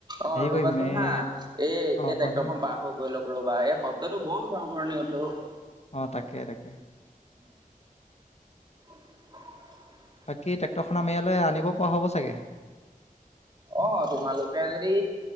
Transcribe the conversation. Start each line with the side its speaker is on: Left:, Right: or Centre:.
Right: অ
Left: হেৰি
Right: ৰ'বাচোন
Left: কৰিম এই
Right: হা! এই, এই
Left: অ',
Right: ট্ৰেক্টৰখন
Left: কোৱাচোন
Right: পাৰ হৈ গৈ লগ। ৰবা, এই শব্দটো বৰ ঘৰ-ঘৰনী উঠে অ'।
Left: অ তাকে তাকে।
Right: <unintelligible>
Left: বাকি ট্ৰেক্টৰখন আম ইয়ালে আনিব পৰা হ'ব চাগে।
Right: অ' তোমালোকে যদি